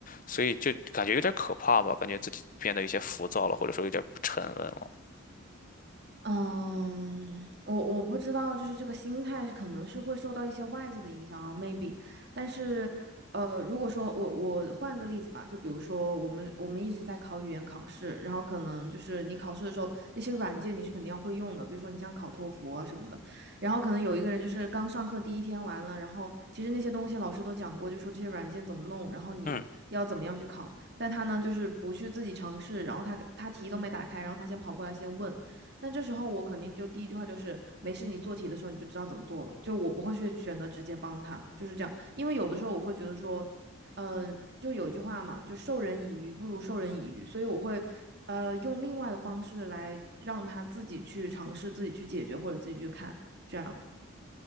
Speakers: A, on the left (about 40°); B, on the right (about 50°).
A: 所以就感觉有点可怕吧，感觉自己变得有些浮躁了，或者说有点不沉稳了，
B: 嗯，我我不知道，就是这个心态是可能是会受到一些外界的影响啊，maybe。但是，呃，如果说我我换个例子吧，就比如说我们我们一直在考语言考试，然后可能就是你考试的时候那些软件你是肯定要会用的，比如说你像考托福啊什么的。然后可能有一个人就是刚上课第一天完了，然后其实那些东西老师都讲过，就说这些软件怎么弄，然后你要怎么样去考，
A: 嗯
B: 但他呢就是不去自己尝试，然后他他题都没打开，然后他先跑过来先问。但这时候我肯定就第一句话就是没事，你做题的时候你就知道怎么做了，就我不会去选择直接帮他，就是这样。因为有的时候我会觉得说，嗯、呃就有句话嘛，就授人以鱼不如授人以渔，所以我会。呃，用另外的方式来让他自己去尝试、自己去解决或者自己去看，这样。